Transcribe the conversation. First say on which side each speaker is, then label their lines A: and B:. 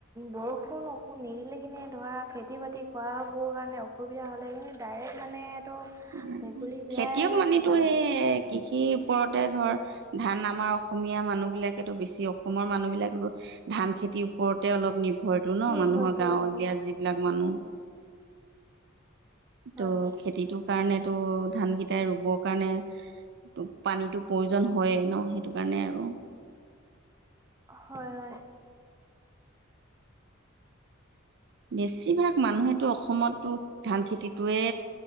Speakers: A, on the right; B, on the right.
A: বৰষুণ অ' নিদিলে কিনে ধৰা খেতি বাতি কৰা বোৰৰ কাৰণে অসুবিধা হ'লে কিন্তু ডাইৰেক্ট মানেটো
B: অ',
A: ভেকুলী বিয়াই
B: খেতিয়ক মানেতো
A: পতা
B: সেই
A: হয়।
B: কৃষিৰ ওপৰতে ধৰ ধান আমাৰ অসমীয়া মানুহ বিলাকেতো বেছি অসমৰ মানুহবিলাকো ধান খেতিৰ ওপৰতে অলপ নিৰ্ভৰটো ন
A: নি
B: মানুহৰ
A: গৈছিল
B: গাঁৱলীয়া
A: অ অ
B: যিবিলাক মানুহ।
A: হয়
B: ত'
A: হয়
B: খেতিটোৰ কাৰণেতো ধান কেইটাই ৰোবৰ কাৰণে। ত পানীতো প্ৰয়োজন হয়ে ন সেইটো কাৰণে আৰু।
A: হয়, হয়।
B: বেছিভাগ মানুহেতটো অসমতো ধান খেতিটোয়ে